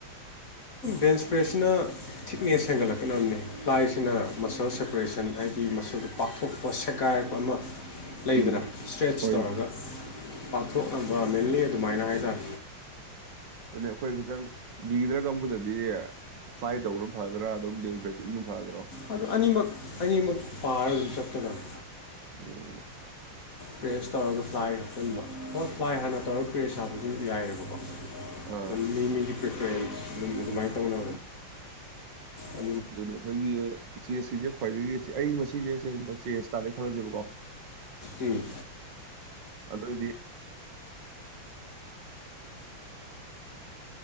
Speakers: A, on the left; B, on the right.
A: ꯕꯦꯟ ꯁꯄ꯭ꯔꯦꯁꯤꯅ ꯊꯤꯛꯅꯦꯁ ꯍꯦꯟꯒꯠꯂꯛꯀꯕ ꯄ꯭ꯂꯥꯏꯁꯤꯅ ꯃꯁꯜ ꯁꯦꯄꯔꯦꯁꯟ ꯍꯥꯏꯗꯤ ꯃꯁꯜꯗꯨꯣ ꯄꯥꯛꯊꯣꯛꯄ ꯁꯦꯒꯥꯏꯔꯛꯄ ꯑꯃ ꯂꯩꯗꯅ
B: ꯎꯝ
A: ꯏꯁꯇ꯭ꯔꯦꯠꯆ
B: ꯍꯣꯏꯅꯦ
A: ꯇꯧꯔꯒ ꯄꯥꯊꯣꯛ ꯃꯤꯂꯅꯤ ꯑꯗꯨꯃꯥꯏꯅꯥ ꯍꯥꯏꯗꯔ
B: ꯑꯗꯨ ꯑꯩꯈꯣꯏ ꯈꯤꯇꯪ ꯕꯤꯒꯤꯅꯔꯒꯝꯕꯗꯗꯤ ꯐꯥꯏ ꯇꯧꯕꯅ ꯐꯗ꯭ꯔꯥ ꯑꯗꯨꯝꯦꯁꯤꯟ ꯐꯗ꯭ꯔꯣ
A: ꯑꯗꯨ ꯑꯅꯤꯃꯛ ꯑꯅꯤꯃꯛ ꯄꯥꯔ ꯑꯗꯨꯝ ꯆꯠꯀꯗꯕ
B: ꯑꯣ
A: ꯄ꯭ꯔꯦꯁ ꯇꯧꯔꯒ ꯐ꯭ꯂꯥꯏ ꯍꯥꯞꯆꯤꯟꯕꯣ ꯑꯣ ꯐ꯭ꯂꯥꯏ ꯍꯥꯟꯅ ꯇꯧꯔꯒ ꯄ꯭ꯔꯦꯁ ꯍꯥꯞꯄꯁꯨ ꯌꯥꯏꯑꯕꯀꯣ
B: ꯑꯥ
A: ꯑꯗꯨꯝ ꯃꯤ ꯃꯤꯒꯤ ꯑꯗꯨꯃꯥꯏꯅ ꯇꯧꯅ ꯑꯗꯨꯅꯤ
B: ꯑꯗꯨꯗꯤ ꯑꯩꯈꯣꯏꯒꯤ ꯆꯦꯁꯁꯤꯡꯁꯦ ꯈ꯭ꯋꯥꯏꯗꯒꯤ ꯑꯩ ꯉꯁꯤꯁꯦ ꯀꯒꯨꯝꯕ ꯆꯦꯖ ꯇꯥꯔꯦ ꯈꯜꯂꯁꯦꯕꯀꯣ
A: ꯎꯝ
B: ꯑꯗꯗꯤ